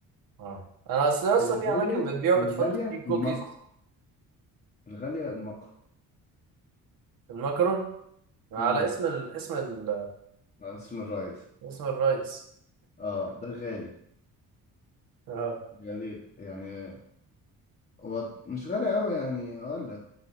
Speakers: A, on the right; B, on the left.
A: اه انا اصل لسه
B: الغالية
A: في اماكن بتبيع بتحط
B: الغالية
A: فيه كوكيز
B: الماكرو الغالية الماكرو
A: المكرون على
B: امم
A: اسم ال... اسم ال...
B: اسم الرئيس
A: اسم الرئيس
B: اه ده غالي
A: اه
B: غالي يعني هو مش غالي قوي يعني هقول لك